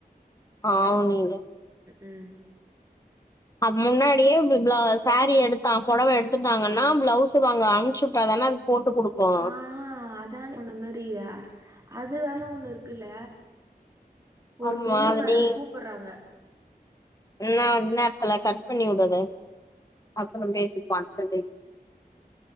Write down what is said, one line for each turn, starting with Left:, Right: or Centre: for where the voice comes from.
Left: ஆவணில
Right: ம்
Left: அது முன்னாடியே பிள் பளா சாரி எடுத்தா புடவ எடுத்துட்டாங்கன்னா பிளவுஸ் வாங்க அனுப்ச்சு வுட்டாாதானா அது போட்டு குடுக்கு
Right: ஆ அதா சொன்ன மாரியா அது வ அத்த ஒண்ணு இருக்குல்ல ஒரு
Left: ஆமா
Right: பெரிய
Left: அது
Right: மேடம்
Left: நீ
Right: கூப்புறாங்க
Left: என்ன இன் நேரத்துல கட் பண்ணி விடு அத அப்புற பேசிப்போ அத்த டைம்